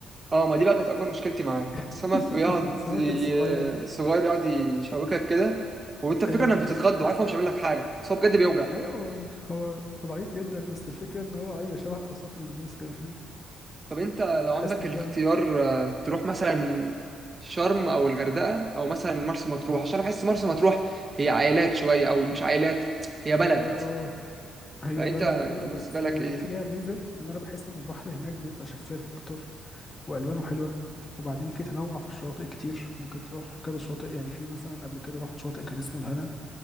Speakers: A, on the right; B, on the left.
A: اه ما دي بقى كانت اكبر مشكلتي معاه
B: <laughs>
A: السمك بيقعد
B: السمك
A: ي-
B: الصغير ده
A: صغير يقعد يشوكك كده وانت الفكره
B: ايوه
A: انك بتتخض وعارف هو مش هيعمل لك حاجه بس هو بجد بيوجع
B: ايوه هو ضعيف جدا بس الفكره ان هو ايوه شبه قرصات الناموس كده فاهم
A: طب انت لو
B: تحس
A: عندك
B: انت
A: الاختيار آه، تروح مثلا شرم او الغردقه او مثلا مرسى مطروح عشان بحس مرسى مطروح هي عائلات شويه او مش عائلات هي
B: هي
A: بلد
B: اه هي
A: فانت
B: بلد ايوه
A: بالنسبه
B: بس
A: لك ايه
B: فيها ميزه ان انا بحس ان البحر هناك بيبقى شفاف اكتر والوانه حلوه وبعدين في تنوع في الشواطئ كتير ممكن تروح كذا شاطئ يعني في مثلا قبل كده رحت شاطئ كان اسمه الهنا